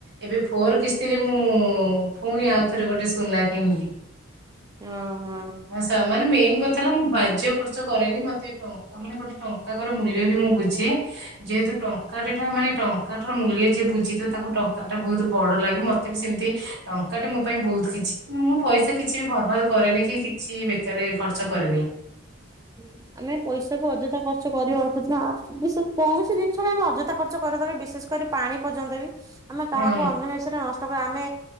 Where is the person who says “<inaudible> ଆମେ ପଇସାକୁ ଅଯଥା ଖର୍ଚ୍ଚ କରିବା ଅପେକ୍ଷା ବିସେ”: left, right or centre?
Right